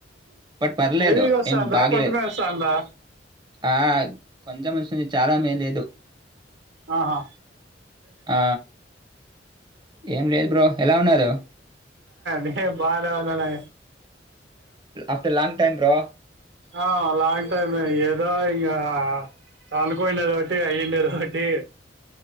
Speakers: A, on the right (about 25°); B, on the right (about 70°).
A: బట్ పర్లేదు
B: హెవీగా వస్తాందా
A: ఏం బాగలేదు
B: కొంచెమే వస్తాందా
A: ఆ కొంచెం వస్తుంది చాలా మే లేదు
B: ఆహా
A: ఆ ఏం లేదు బ్రో ఎలా ఉన్నారు
B: నేను బానే ఉన్నాను
A: ఆఫ్టర్ లాంగ్ టైమ్ బ్రో
B: ఆ లాంగ్ టైమ్ ఏదో ఇంకా అనుకోనేది ఒకటి అయ్యిండేది ఒకటి చే